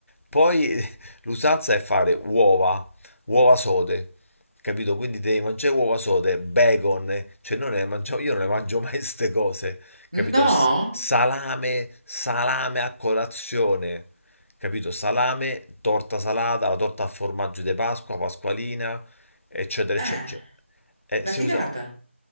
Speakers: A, on the left; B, on the right.
A: poi l'usanza è fare uova, uova sode, capito? Quindi devi mangiare uova sode, bacon, eh, cioè non ne mangio, io non ne mangio mai queste cose,
B: No?
A: capito? S- salame, salame a colazione, capito? Salame, torta salata, la torta a formaggio di Pasqua, Pasqualina, eccetera,
B: Eh,
A: eccetera. eccetera.
B: una
A: Eh, si
B: figata.
A: usa...